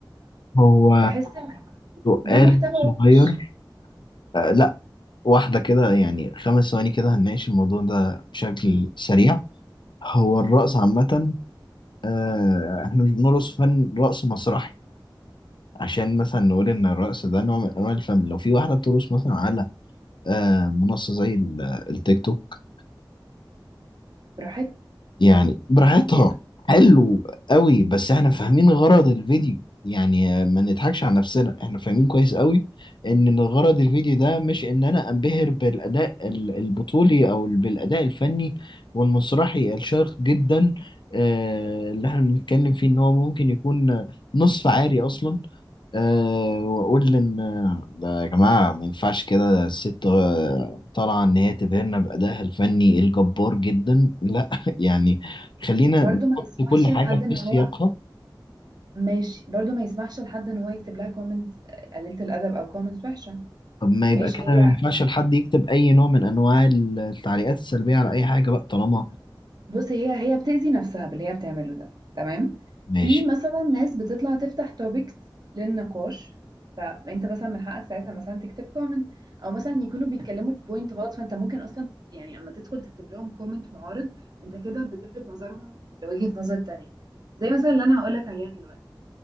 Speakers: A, on the left; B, on the right.
A: هو
B: فبحس ان
A: سؤال
B: ده محتوى
A: صغير
B: وحش
A: آه، لا واحدة كده يعني خمس ثواني كده هنناقش الموضوع ده بشكل سريع هو الرقص عامة آه، احنا مش بنرقص فن رقص مسرحي عشان مثلا نقول ان الرقص ده نوع من انواع الفن لو في واحده بترقص مثلا على آه، منصه زي ال- آه، التيك توك
B: براحتها
A: يعني براحتها
B: بتأذي
A: حلو قوي بس احنا فاهمين غرض الفيديو يعني ما نضحكش على نفسنا احنا فاهمين كويس قوي ان غرض الفيديو ده مش ان انا انبهر بالاداء ال- البطولي او بالاداء الفني والمسرحي الشاق جدا آه، اللي احنا بنتكلم فيه ان هو ممكن يكون نصف عاري اصلا أه واقول ان ده يا جماعه ما ينفعش كده ده الست آه، طالعه ان هي تبهرنا بادائها الفني الجبار جدا لا <laughs> يعني خلينا
B: برضو
A: نحط
B: ما يسمحش
A: كل حاجه
B: لحد ان
A: في سياقها
B: هو ماشي برضو ما يسمحش لحد ان هو يكتب لها كومنتس قليله الادب او كومنتس وحشه
A: طب ما
B: ماشي
A: يبقى كده
B: هي
A: ما ينفعش لحد يكتب اي نوع من انواع التعليقات السلبيه على اي حاجه بقى طالما
B: بصي هي هي بتأذي نفسها باللي هي بتعمله ده تمام
A: ماشي
B: في مثلا ناس بتطلع تفتح توبكس للنقاش فانت مثلا من حقك ساعتها مثلا تكتب كومنت او مثلا يكونوا بيتكلموا في بوينت غلط فانت ممكن اصلا يعني اما تدخل تكتب لهم كومنت معارض انت كده بتلفت نظرهم لوجهة نظر تانية زي مثلا اللي انا هقول لك عليها دلوقتي